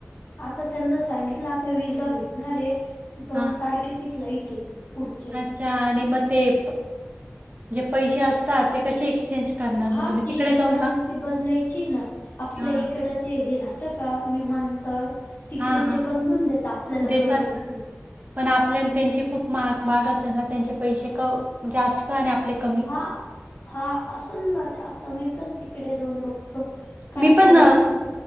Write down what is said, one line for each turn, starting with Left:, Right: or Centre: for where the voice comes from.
Left: आता त्यांना सांगितलं आता विजा भेटणार आहे दोन
Right: हां.
Left: तारखेची फ्लाइट आहे पुढचे
Right: आणि मग ते जे पैसे असतात ते कसे एक्सचेंज करणार मग
Left: हा
Right: तुम्ही
Left: ती
Right: तिकडे जाऊन
Left: करन्सी
Right: का?
Left: बदलायची ना आपल्या
Right: हां,
Left: इकडं ते हे राहत का विमानतळ तिकडे
Right: हां,
Left: ते
Right: हां.
Left: बदलून देत आपल्याला
Right: देतात
Left: करन्सी
Right: का? पण आपल्या त्यांची खूप महाग महाग असेल ना त्यांचे पैसे का जास्त आणि आपले कमी
Left: हा हा असल ना ते आता मी पण तिकडे जाऊन बघतो. काय
Right: मी पण
Left: कारण की